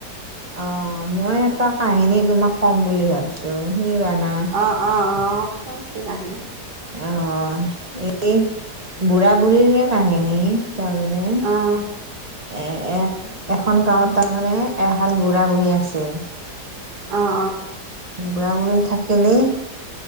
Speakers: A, on the right (about 30°); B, on the right (about 75°).
A: অঁ মই এটা কাহিনী তোমাক কম বুলি ভাবিছো শুনিবানা?
B: অঁ অঁ অঁ কওকচোন কি কাহিনি।
A: অঁ সেই বুঢ়া বুঢ়ীৰে কাহিনী তাৰমানে। এঁহ।
B: অঁ
A: এ এহ এখন গাঁৱত তাৰমানে এহাল বুঢ়া বুঢ়ী আছিল।
B: অঁ
A: বুঢ়া বুঢ়ী থাকিলেই